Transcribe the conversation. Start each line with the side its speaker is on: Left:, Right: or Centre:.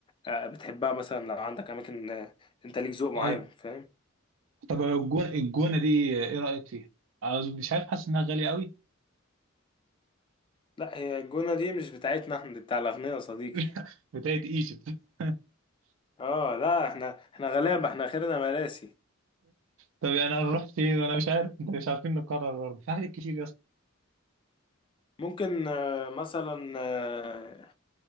Left: آه، بتحبها مثلا لو عندك اماكن آه، انت ليك ذوق معين
Right: ايوه
Left: فاهم
Right: طب الجون الجونه دي ايه رايك فيها؟ عاوز- مش عارف حاسس انها غاليه قوي
Left: لا هي الجونة دي مش بتاعتنا احنا دي بتاع الاغنياء يا صديقي
Right: <laughs> بتاعت ايجيبت <laughs>
Left: اه لا احنا احنا غلابة احنا خيرنا مراسي
Right: طب يعني هنروح فين وانا مش عارف انت مش عارفين نقرر برضه في حاجات كتير يا اسطى
Left: ممكن آه، مثلا آه،